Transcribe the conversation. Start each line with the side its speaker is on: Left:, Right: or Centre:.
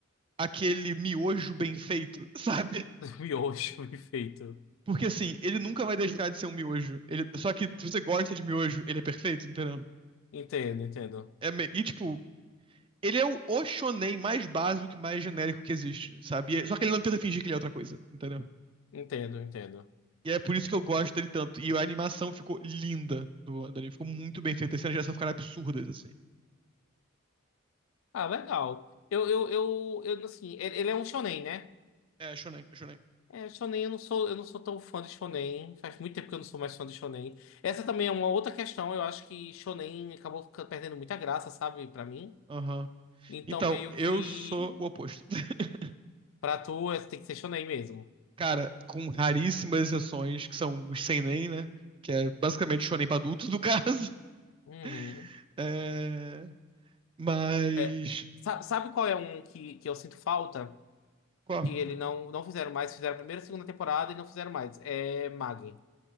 Right: aquele miojo bem feito, <laughs> sabe?
Left: <laughs> Miojo e feito.
Right: Porque, assim, ele nunca vai deixar de ser um miojo. Ele... Só que se você gosta de miojo, ele é perfeito, entendeu?
Left: Entendo, entendo.
Right: É me- E, tipo, ele é o o shonen mais básico e mais genérico que existe, sabe? E é- Só que ele não tenta fingir que ele é outra coisa, entendeu?
Left: Entendo, entendo.
Right: E é por isso que eu gosto dele tanto. E a animação ficou linda do do anime. Ficou muito bem feita. As cenas de ação ficaram absurdas, assim.
Left: Ah, legal. Eu, eu, eu, eu assim, ele, ele é um shonen, né?
Right: É, shonen, é shonen.
Left: É, shonen eu não sou, eu não sou tão fã de shonen. Faz muito tempo que eu não sou mais fã de shonen. Essa também é uma outra questão. Eu acho que shonen acabou fica- perdendo muita graça, sabe, Pra mim.
Right: Aham.
Left: Então
Right: Então,
Left: meio
Right: eu
Left: que
Right: sou o oposto. <laughs>
Left: pra tu é- tem que ser shonen mesmo.
Right: Cara, com raríssimas exceções, que são os seinen, né? Que é basicamente shonen pra adultos, no caso.
Left: Uhum.
Right: <laughs> É... Mas...
Left: É, sa- sabe qual é um que, que eu sinto falta?
Right: Qual?
Left: Que ele não, não fizeram mais, fizeram a primeira e segunda temporada e não fizeram mais. É Mag.